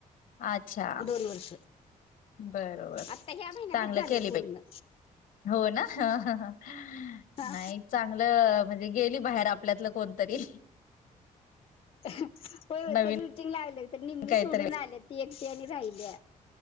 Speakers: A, on the left (about 75°); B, on the left (about 40°).
A: अच्छा
B: दोन वर्ष.
A: बरोबर
B: आत्ता ह्या महिन्यातच
A: चांगलं
B: झालं
A: केली
B: पूर्ण.
A: बाई हो ना हा हा हा
B: हा
A: नाही चा ल म्हणजे गेली बाहेर आपल्यातलं कोणतरी.
B: अ ह होय होय
A: नवीन
B: तर रुटिंग लागलं तर निम्मी
A: काहीतरी
B: सोडून आल्या ती एकटी आणि राहिली.